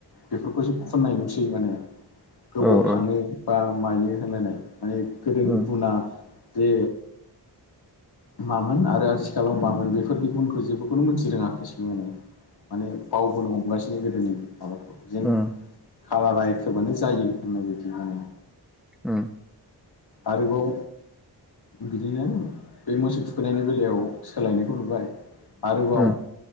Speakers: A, on the left (about 65°); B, in the centre.
A: बेफोरखौसो खुननाय नुसै माने गोबाव
B: औ
A: थाङो
B: औ
A: बा मायो होनलायनाय माने गोदोनि
B: उम
A: गुना जे मामोन आरो आथिखालाव मामोन बेफोरनि गुनखौ जेबोखौनो मोनथि रोङाखिसे खिसुमाना माने बावबोनो हमगासिनो गोदोनि माबाखौ जेन
B: औ
A: खालारा एखेबानो जायो होननाय बायदि होनो
B: औ
A: आरोबाव बिदिनो बे मोसौ थुखैनायनि बेलायाव सोलायनायखौ नुबाय आरोबाव
B: उम